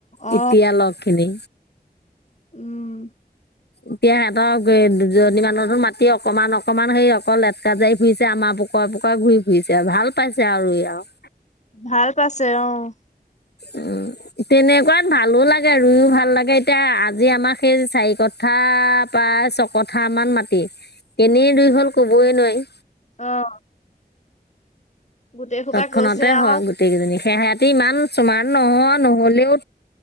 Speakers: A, on the left (about 45°); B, on the left (about 80°).
A: অ
B: এতিয়া লগ খিনি।
A: উম।
B: এতিয়া সিহঁতৰ দুজনী মানুহতো মাতি অকমান, অকমান সেই অকল লেটকা জাৰি ফুৰিছে আমাৰ পোকৰে, পোকৰে ঘূৰি ফুৰিছে, ভাল পাইছে আৰু ই আৰু।
A: ভাল পাইছে অ'।
B: উম, তেনেকুৱাত ভালো লাগে, ৰুইও ভাল লাগে। এতিয়া আজি আমাৰ সেই চাৰি কথা, প্ৰায় ছ কথা মান মাটি। কেনি ৰুই হ'ল কবই নোৱাৰি।
A: অ'। গোটেই সোপা
B: তৎক্ষণতে
A: গৈছে আৰু
B: হয় গোটেই কেইজনী, সেহতি ইমান স্মাৰ্ট নহয় নহলেও।